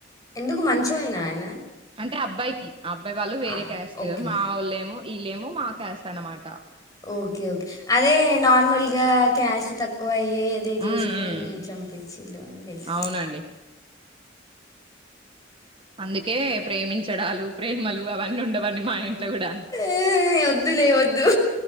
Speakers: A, on the left (about 20°); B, on the right (about 30°).
A: ఎందుకు మంఛాయాన ఆయన
B: అంటే అబ్బాయికి అబ్బాయి వాళ్ళు వేరే
A: ఆహా
B: క్యాస్ట్
A: ఓకే
B: మా వాళ్ళేమో వీళ్లేమో మాక్యాస్ట్ అన్నమాట
A: ఓకే ఓకే అదే నోర్మల్గా క్యాస్ట్ తక్కువయి అదే చేసుకుని
B: ఉమ్ ఉమ్
A: చంపింసిళు అని తెలుస్
B: అవునండి అందుకే ప్రేమించడాలు ప్రేమలు అవన్నీ ఉండవన్నీ మా ఇంట్లో గూడా
A: ఏ, వద్దులే వద్దు